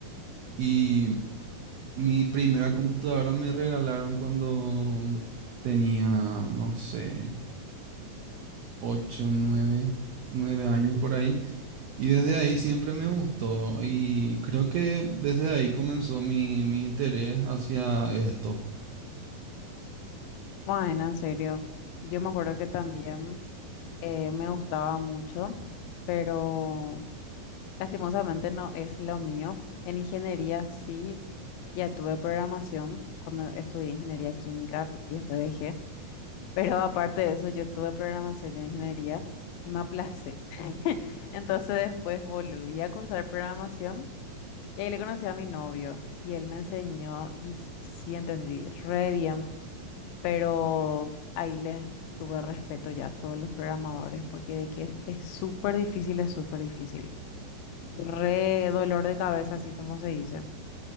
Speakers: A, on the right (about 90°); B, on the left (about 80°).
A: y mi primera computadora me regalaron cuando tenía, no sé. ocho, nueve, nueve años por ahí. Y desde ahí siempre me gustó y creo que desde ahí comenzó mi, mi interés hacia esto.
B: Bueno, en serio, yo me acuerdo que también eh, me gustaba mucho, pero lastimosamente no es lo mío. En ingeniería sí, ya tuve programación cuando estudié ingeniería química y después dejé. Pero aparte de eso, yo tuve programación y ingeniería y me aplacé. <laughs> Entonces después volví a cursar programación y ahí le conocí a mi novio y él me enseñó y sí entendí re bien, pero ahí le tuve respeto ya a todos los programadores porque de que es es súper difícil, es súper difícil. Re dolor de cabeza, así como se dice.